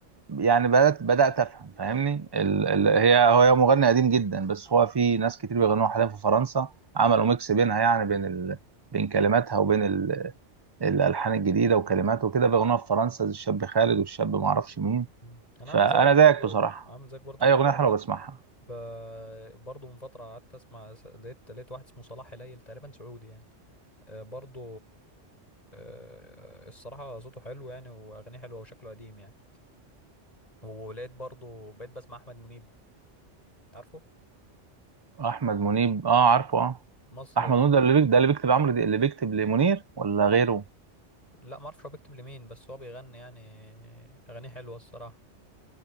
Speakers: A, on the right; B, on the left.
A: يعني بدات بدات افهم فاهمني ال... ال... هي هو مغني قديم جدا بس هو في ناس كتير بيغنوها حاليا في فرنسا عملوا ميكس بينها يعني بين ال... بين كلماتها وبين الالحان الجديده وكلماته وكده باغنيه في فرنسا زي الشاب خالد والشاب ما اعرفش مين
B: مم. انا
A: فانا
B: عامل زيك برضو
A: زيك بصراحه
B: عامل زيك برضو
A: اي
B: في الحوار
A: اغنيه حلوه
B: ده
A: بسمعها
B: ب... برضو من فتره قعدت اسمع س- لقيت لقيت واحد اسمه صلاح هليل تقريبا سعودي يعني آه، برضو آه، الصراحه صوته حلو يعني واغانيه حلوه وشكله قديم يعني ولقيت برضو بقيت بسمع احمد منيب عارفه
A: احمد منيب اه عارفه اه
B: مصري
A: احمد
B: اه
A: منيب ده اللي بيكتب ده اللي بيكتب عمرو دي اللي بيكتب لمنير ولا غيره
B: لا ما اعرفش هو بيكتب لمين بس هو بيغني يعني اغانيه حلوه الصراحه